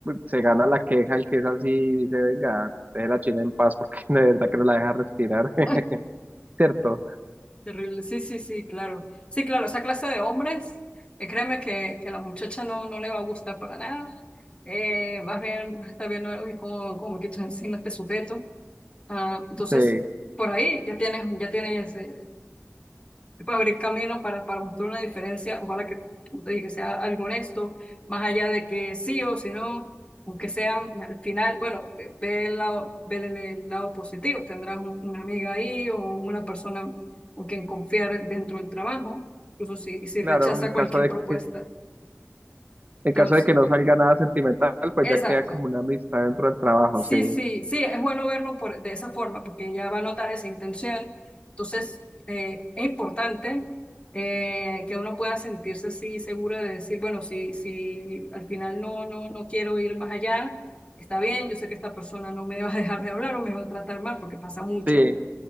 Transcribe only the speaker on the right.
se gana la queja el que es así y dice, venga, deje la China en paz porque <laughs> de verdad que no la deja respirar, <laughs>
¿cierto?
Sí,
claro,
en caso
de
que En caso
de que no salga nada sentimental, pues
ya queda como una amistad dentro del trabajo,
sí.
Sí,